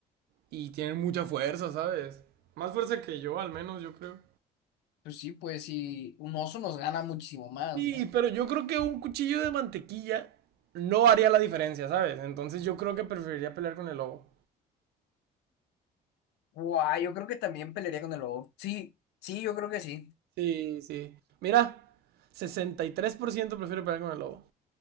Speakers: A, on the right; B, on the left.
A: Y tienen mucha fuerza, ¿sabes? Más fuerza que yo, al menos, yo creo.
B: pues sí, pues sí. Un oso nos gana muchísimo más,
A: Sí,
B: ¿no?
A: pero yo creo que un cuchillo de mantequilla no haría la diferencia, ¿sabes? Entonces yo creo que preferiría pelear con el lobo.
B: Guau, yo creo que también pelearía con el lobo. Sí, sí, yo creo que sí.
A: Sí, sí. Mira, 63% prefiere pelear con el lobo.